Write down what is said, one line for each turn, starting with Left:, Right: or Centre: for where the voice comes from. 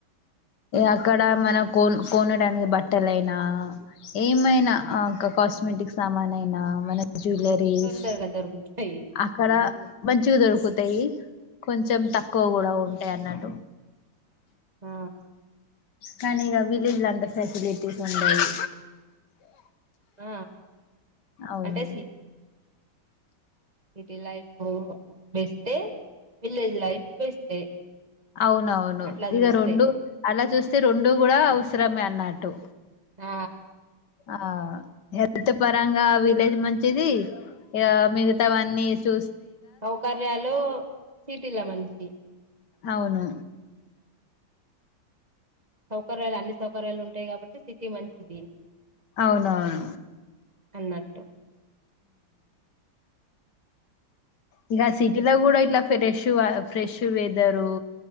Left: అక్కడ మనం కోన్ కొనడానికి బట్టల అయినా ఏమైనా కాస్మెటిక్ సామాన్ అయినా మన జ్యువలరీస్
Right: తొందరగా దొరుకుతాయి
Left: అక్కడ మంచిగా దొరుకుతాయి కొంచెం తక్కువ కూడా ఉంటాయి అన్నట్టు
Right: ఆ
Left: కానీ ఇక విలేజ్ అంతా ఫెసిలిటీస్ ఉండవు
Right: ఆ
Left: అవును
Right: అంటే సి సిటీ లైఫ్ బెస్టే విలేజ్ లైఫ్ బెస్టే
Left: అవునవును
Right: అట్లా
Left: ఇక
Right: చూస్తే
Left: రెండు అలా చూస్త రెండు కూడా అవసరమే అన్నట్టు
Right: ఆ
Left: ఆ హెల్త్ పరంగా విలేజ్ మంచిది మిగతావన్నీ చూ
Right: సౌకర్యాలు సీటీలా మంచిీ
Left: అవును
Right: సౌకర్యాలు అన్ని సౌకర్యాలు ఉంటాయ్ కాబట్టి సిటీ మంచిది
Left: అవునవును
Right: అన్నట్టు
Left: ఇంకా సిటీలో కూడా ఇట్ల ఫ్రెష్ గ ఫ్రెష్ వెదరు